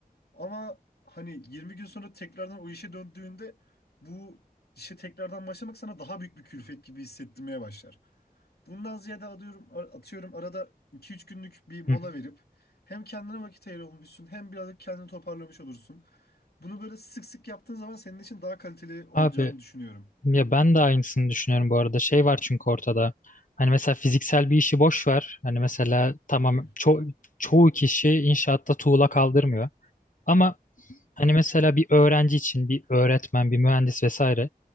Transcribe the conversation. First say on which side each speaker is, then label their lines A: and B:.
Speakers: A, on the left; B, on the left.
A: Ama hani 20 gün sonra tekrardan o işe döndüğünde bu işe tekrardan başlamak sana daha büyük bir külfet gibi hissettirmeye başlar. Bundan ziyade atıyorum, atıyorum arada 2-3 günlük bir mola
B: hı hı.
A: verip hem kendine vakit ayırmışsın hem birazcık kendini toparlamış olursun. Bunu böyle sık sık yaptığın zaman senin için daha kaliteli olacağını
B: Abi
A: düşünüyorum.
B: ya ben de aynısını düşünüyorum bu arada. Şey var çünkü ortada. Hani mesela fiziksel bir işi boş ver. Hani mesela tamam
A: Hı
B: ço çoğu kişi inşaatta tuğla kaldırmıyor. Ama
A: hı,
B: Hani mesela bir öğrenci için bir öğretmen, bir mühendis vesaire.